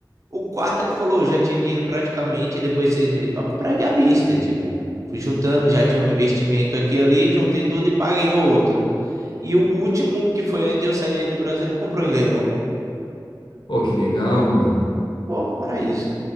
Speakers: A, on the right; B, on the left.
A: O quarto ele falou, já tinha dinheiro praticamente depois de seis meses para comprar de à vista, tipo. Fui juntando, já tinha um investimento aqui e ali, juntei tudo e paguei o outro. E o último, que foi antes de eu sair do Brasil, ele comprou em leilão.
B: Oh, que legal, mano.
A: Pô, paraíso.